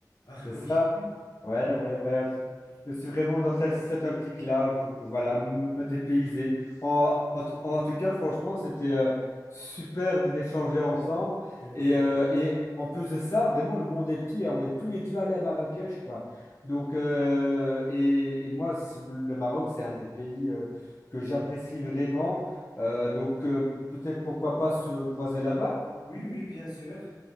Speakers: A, on the left; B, on the left.
A: Ah
B: C'est
A: oui.
B: ça? Ouais, ouais, ben, je je suis vraiment dans cette, cette optique-là, v- voilà, m- me dépayser. En, en, t- en tout cas, franchement, c'était euh, super d- d'échanger ensemble.
A: C'est vrai.
B: Et, euh, et en plus de ça, vraiment, le monde est petit. hein. On est tous les deux allés à Marrakech, quoi. Donc, euh, et, et moi, c- le Maroc, c'est un des pays euh, que j'apprécie vraiment. Euh, donc, euh, peut-être pourquoi pas se croiser là-bas?
A: Oui, oui, bien sûr.